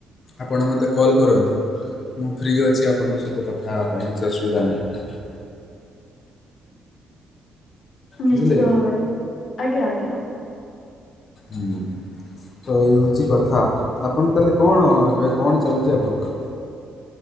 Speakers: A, on the left; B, on the left.
A: ଆପଣ ମତେ କଲ୍ କରନ୍ତୁ। ମୁଁ ଫ୍ରି ଅଛି ଆପଣଙ୍କ ସହିତ କଥା ହବା ପାଇଁ କିଛି ଅସୁବିଧା ନାହିଁ।
B: ନିଶ୍ଚିତ
A: ବୁଝିଲେ
B: ଭାବରେ ଆଜ୍ଞା ଆଜ୍ଞା।
A: ହୁଁ। ତ ଏଇ ହୋଉଚି କଥା ଆପଣ ତାହେଲେ କଣ ଏବେ କଣ ଚାଲିଚି ଆପଣଙ୍କର।